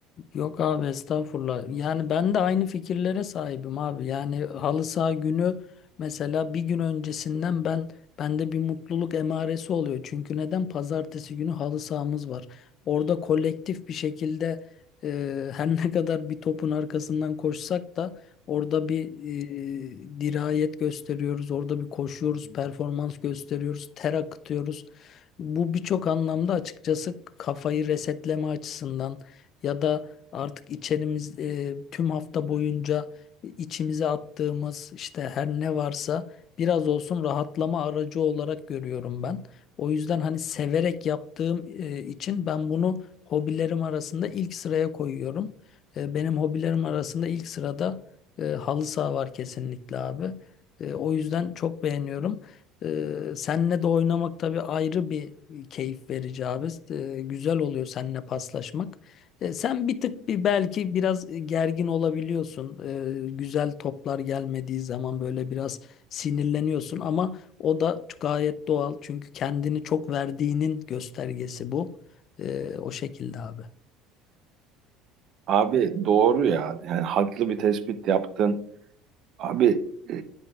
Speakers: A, on the left; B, on the right.
A: Yok abi estağfurullah. Yani ben de aynı fikirlere sahibim abi. Yani halı saha günü mesela bir gün öncesinden ben bende bir mutluluk emaresi oluyor. Çünkü neden? Pazartesi günü halı sahamız var. Orada kolektif bir şekilde e, <laughs> her ne kadar bir topun arkasından koşsak da orada bir e, dirayet gösteriyoruz. Orada bir koşuyoruz, performans gösteriyoruz, ter akıtıyoruz. Bu birçok anlamda açıkçası kafayı resetleme açısından ya da Artık içerimiz e, tüm hafta boyunca içimize attığımız işte her ne varsa biraz olsun rahatlama aracı olarak görüyorum ben. O yüzden hani severek yaptığım e, için ben bunu hobilerim arasında ilk sıraya koyuyorum. E, benim hobilerim arasında ilk sırada e, halı saha var kesinlikle abi. E, o yüzden çok beğeniyorum. E, senle de oynamak tabii ayrı bir keyif verici abi. E, güzel oluyor seninle paslaşmak. E, Sen bir tık bir belki biraz e, gergin olabiliyorsun. E, güzel toplar gelmediği zaman böyle biraz sinirleniyorsun ama o da gayet doğal. Çünkü kendini çok verdiğinin göstergesi bu. E, o şekilde abi.
B: Abi doğru ya. Yani haklı bir tespit yaptın. Abi e,